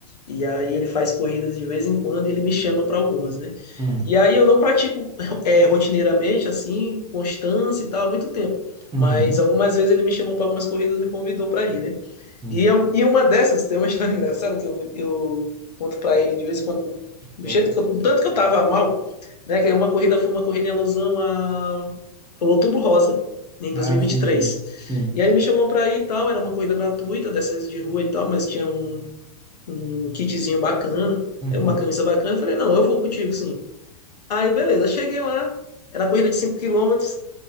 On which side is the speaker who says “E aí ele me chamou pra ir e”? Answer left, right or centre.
Left